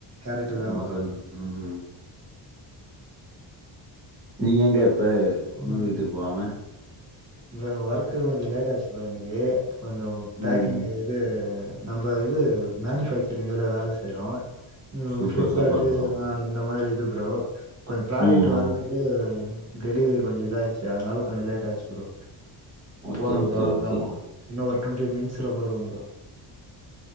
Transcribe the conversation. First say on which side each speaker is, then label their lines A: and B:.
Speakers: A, on the right; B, on the right.
A: கரெக்ட்டு தா
B: சும்மா
A: ப்ரோ
B: சொன் உம் நீங்க எங்கப் ப்ப ஒன்னு
A: ம்
B: வீட்டுக்கு போகாம
A: ப்ரோ ஒர்க்கு கொஞ்ச லேட் ஆச்சு ப்ரோ இன்னிக்கி கொஞ்ச பேக்கிங்
B: ம் ம்.
A: இது நம்ம இது மேனுபேக்சரிங் வேல வேலை செய்றோ ம்
B: சூப்பர்
A: பிளிப்கார்ட்
B: சூப்பர் ப்ரோ
A: ஆஹ் இந்த மாரி இது ப்ரோ கொஞ்ச ப்ராடக்ட்
B: ம்
A: வர்ரதுக்கு
B: ம்.
A: டெலிவரி கொஞ்ச இதாயிச்சு அதனால கொஞ்ச லேட்டாச்சு ப்ரோ
B: ஓகே
A: போன
B: ஓகே
A: ப்ரோ அவ்ளோதா
B: ஓகே
A: ப்ரோ இன்னொ ஒரு டொண்டி மினிட்ஸ்ல போயிடுவே ப்ரோ